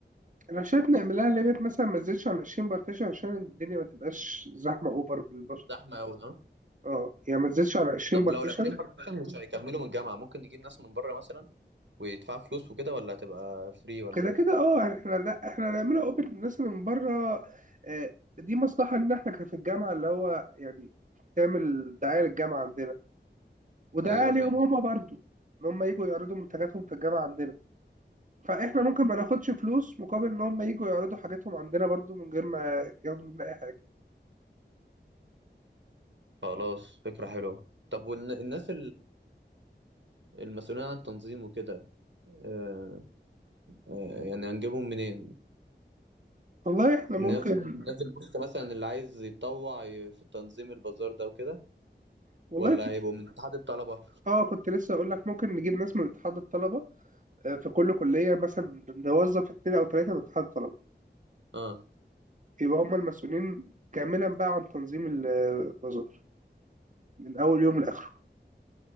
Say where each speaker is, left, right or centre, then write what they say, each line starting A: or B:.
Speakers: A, on the right (about 45°); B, on the right (about 80°).
A: أنا شايف نعملها ليميت مثلا ما تزيدش عن 20 بارتيشن عشان الدنيا ما تبقاش زحمة أوفر بالبشر
B: زحمه قوي ها
A: اه يعني ما تزيدش على 20
B: طب
A: بارتيشن
B: لو لقيتين بارتيشن <laughs> مش هيكملوا من الجامعه ممكن نجيب ناس من بره مثلا ويدفعوا فلوس وكده ولا هتبقى فري ولا
A: كده
B: ايه
A: كده اه يعني احنا لا احنا هنعملها اوبن للناس اللي من بره آه، دي مصلحه ان احنا كان في الجامعه اللي هو يعني تعمل دعايه للجامعه عندنا ودعايه
B: ايوه فاهم
A: ليهم هما برضو ان هم يجوا يعرضوا منتجاتهم في الجامعه عندنا فاحنا ممكن ما ناخدش فلوس مقابل ان هم يجوا يعرضوا حاجاتهم عندنا برضو من غير ما ياخدوا مننا اي حاجه
B: خلاص فكرة حلوة طب والناس المسؤولين عن التنظيم وكده آه، آه، يعني هنجيبهم منين؟
A: والله احنا ممكن
B: ناس ناس البوست مثلا اللي عايز يتطوع ي- في تنظيم البازار ده وكده
A: والله
B: ولا
A: في
B: هيبقوا من اتحاد الطلبة؟
A: اه كنت لسه اقول لك ممكن نجيب ناس من اتحاد الطلبه آه، في كل كليه مثلا نوظف اتنين او تلاته من اتحاد الطلبه
B: اه
A: يبقى هم المسؤولين كاملا بقى عن تنظيم البازار من اول يوم لاخره